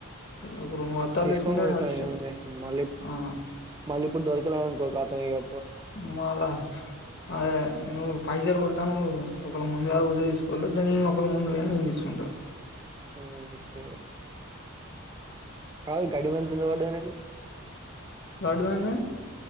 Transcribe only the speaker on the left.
ఒక రెండు బత్తాలు
తీసుకుంటే
నేను వచ్చి
ఆ
మాలా అదే నువ్వు పైజర్ కొడతాను ఒకళ ముందుగ పోతే తీసుకో లేద నే ఒకళ ముందు పోయిన నేను తీసుకుంటా
కరెక్ట్ గా ఉంది